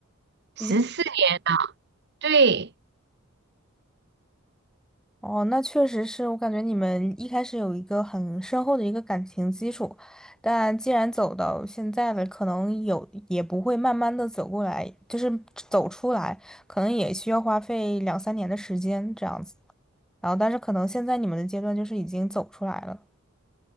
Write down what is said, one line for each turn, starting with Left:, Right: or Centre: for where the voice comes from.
Right: 十四年了。
Centre: 已经。
Right: 对
Centre: 哦，那确实是我感觉你们一开始有一个很深厚的一个感情基础，但既然走到现在了，可能有也不会慢慢的走过来，就是走出来，可能也需要花费两三年的时间这样子。然后，但是可能现在你们的阶段就是已经走出来了。